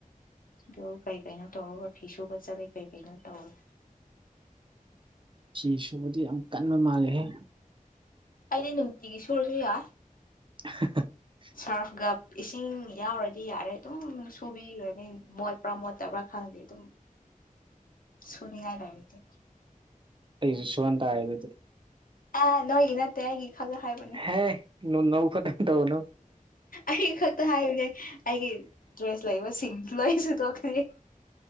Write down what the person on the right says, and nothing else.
ꯁꯤ ꯁꯨꯕꯗꯤ ꯌꯥꯝ ꯀꯟꯕ ꯃꯥꯜꯂꯦꯍꯦ
<inaudible>
ꯑꯩ ꯁꯋꯥꯇ ꯍꯥꯏꯗꯗꯤ
ꯍꯦ ꯅꯣ ꯅꯧ ꯈꯛꯇꯪ ꯇꯧꯅꯨ